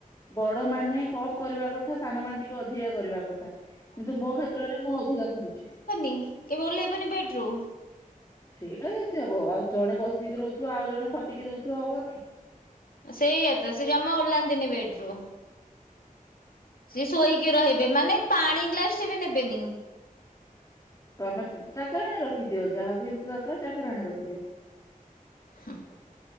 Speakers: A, on the left; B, on the left.
A: ବଡ ମାନେ କମ କରିବା କଥା ସାନ ମାନ ଟିକେ ଅଧିକା କରିବା। କିନ୍ତୁ ମୋ କ୍ଷେତ୍ରରେ ମୁଁ ଅଧିକା କରୁଛି।
B: ି କେବେ ଓ୍ଲେଇବନି ବେଡ ରୁମ୍
A: ସେଇଟା ଏମତି ହବ ଆଉ ଜଣେ ବସିକି ରହୁଥିବା ଆଉ ଜଣେ ଖଟିକି ରଉଥିବା ହବନି
B: ସେଇଆ ତ ସେ ଜମା ଓହ୍ଲାନ୍ତିନି ବେଟରୁ ସି ଶୋଇକି ରହିବେ ମାନେ ପାଣି ଗ୍ଲାସ ଟବେ ନେବେନି।
A: ତମେ ଚାକରରାଣଣି ରଖିଦିଅ ଯାହାକୁ ଏମିତି ଦରକାର ଚାକରହାଣଣି ରଖିଦିଅ।
B: ହଁ।